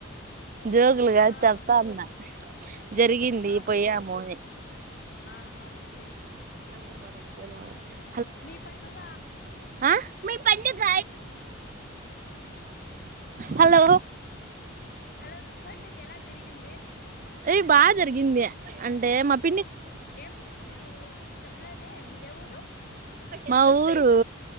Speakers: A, on the right (about 40°); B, on the left (about 45°).
A: జోకులుగా
B: హా
A: చెప్తా అన్న జరిగింది
B: హా
A: పోయ్యాము
B: ప్ర
A: అని
B: ఆ హా ప్రసి
A: గజ్జలు బాగుంటాయి
B: మీ పండుగ
A: ఆ మీ పండుగ హలో
B: హలో మీ పండుగ ఎలా జరిగింది
A: ఎయి బాగా జరిగింది అంటే మా పి
B: ఏ ఊరు మీరు చెప్పలేద్ అదే మీదే ఊరు
A: మా ఊరు